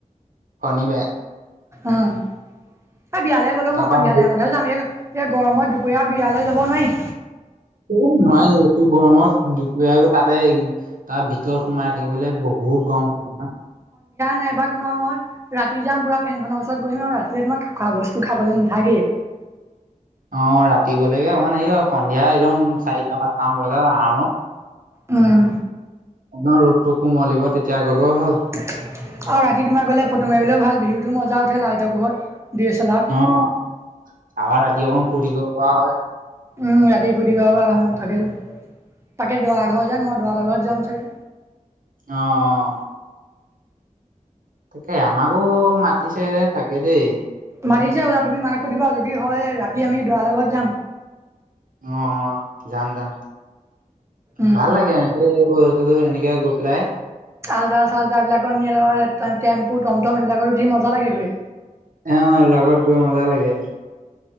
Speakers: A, on the right (about 85°); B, on the right (about 20°).
A: শনিবাৰে।
B: অ', এ বিয়ালৈ গ'লেও
A: তাৰপা
B: মই সন্ধিয়া টাইমতহে
A: এ
B: যাম এ এতিয়া গৰমত দুপৰীয়া বিয়ালৈ যাব নোৱাৰি।
A: এই নোৱাৰি এইটো গৰমত দুপৰীয়া গৈ তাতে এই তাৰ ভিতৰত সোমাই থাকিবলৈ বহুত গৰম <unintelligible>
B: নাই এবাৰ তোমাৰ মই ৰাতি যাম পুৰা ফেনখনৰ ওচৰত বহিম আৰু ৰাতিলে তোমাৰ খোৱা বস্তু খাবলৈ নাথাকেই।
A: <unintelligible> অ', ৰাতি গলেগে অকমান হেই সন্ধিয়া একদম চাৰিটা পাঁচটামান বজাত আৰামত
B: উম।
A: অকনমান ৰ'দতটো কোমলিব তেতিয়া গ'লেও হ'ল।
B: আৰু ৰাতি তোমাৰ গলে ফটো মাৰবিলৈও ভাল ভিওটো মজা উঠে লাইটৰ পোহৰত। ডি এছ এল আৰত
A: অ', তাপা ৰাতি অকমান ফূৰ্তি কৰিব পৰা হয়।
B: উম, ৰাতি ফূৰ্তি কৰিব পৰা হয়, তাকেতো। তাকে দৰা ঘৰ যেন মই দৰা লগত যাম চাগে।
A: অ', অ'। তাকে আমাকো মাতিছে চাগে দেই।
B: মাতিছো হ'বলা তুমি মাক সুধিবা যদি হয় ৰাতি আমি দৰা লগত যাম।
A: অ', অ', যাম যাম।
B: উম
A: ভাল লাগে এ গৈ গৈ এনেকে গৈ পেলাই।
B: আলট্ৰা চালট্ৰাবিলাকতকা তোমাৰ টেম্পু টমটম এইবিলাকত উঠি মজা লাগে গৈ।
A: অ এইবোৰ আগত গৈ মজা লাগে